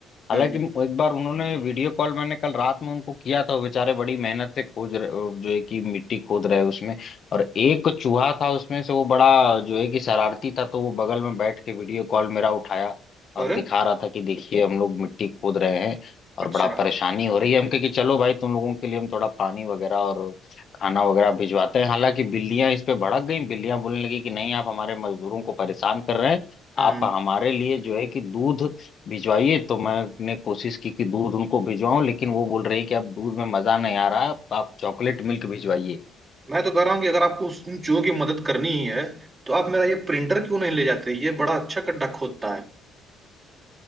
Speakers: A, on the left (about 50°); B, on the right (about 30°).
A: हालांकि
B: हम्म
A: एक बार उन्होंने वीडियो कॉल मैंने कल रात में उनको किया था वो बेचारे बड़ी मेहनत से खोज रहे जो है कि मिट्टी खोद रहे उसमें और एक चूहा था उसमें से वो बड़ा जो है कि शरारती था तो वो बगल में बैठ के वीडियो कॉल मेरा उठाया और
B: और
A: दिखा रहा था कि देखिए हम लोग मिट्टी खोद रहे हैं और
B: अच्छा
A: बड़ा परेशानी हो रही है हम कहे कि चलो भाई तुम लोगों के लिए हम थोड़ा पानी वगैरह और खाना वगैरह भिजवाते हैं हालांकि बिल्लियां इस पे भड़क गई बिल्लियां बोलने लगी कि नहीं आप हमारे मजदूरों को परेशान कर रहे हैं
B: हम्म
A: आप हमारे लिए जो है कि दूध भिजवाइए तो मैंने कोशिश की कि दूध उनको भिजवाऊं लेकिन वो बोल रहे हैं कि अब दूध में मजा नहीं आ रहा आप चॉकलेट मिल्क भिजवाइए
B: मैं तो कह रहा हूँ कि अगर आपको उस उन चूहों की मदद करनी ही है तो आप मेरा ये प्रिंटर क्यों नहीं ले जाते ये बड़ा अच्छा गड्ढा खोदता है